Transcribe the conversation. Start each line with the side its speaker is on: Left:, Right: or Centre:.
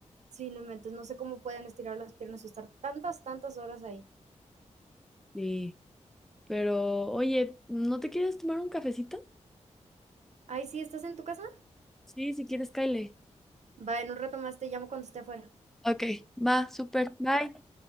Right: Sí, no inventes, no sé cómo pueden estirar las piernas o estar tantas, tantas horas ahí.
Centre: Sí. Pero, oye, ¿no te quieres tomar un cafecito?
Right: Ay, sí, ¿estás en tu casa?
Centre: Sí, si quieres, Kyle.
Right: Va, en un rato más te llamo cuando esté afuera.
Centre: Ok, va, súper. Bye.